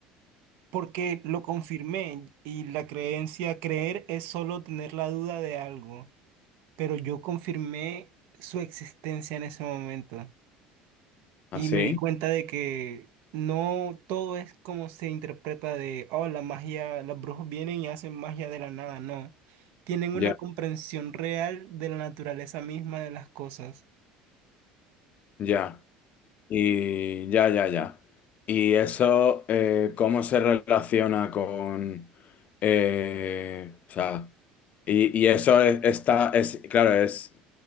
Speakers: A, on the right; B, on the left.
A: Porque lo confirmé y la creencia, creer es solo tener la duda de algo, pero yo confirmé su existencia en ese momento
B: así.
A: y me di cuenta de que no todo es como se interpreta de, oh, la magia, los brujos vienen y hacen magia de la nada, no, tienen una
B: Ya,
A: comprensión real de la naturaleza misma de las cosas.
B: ya. Y ya, ya, ya. ¿Y eso eh, cómo se relaciona con... eh, o sea, y, y eso es- está, es, claro, es...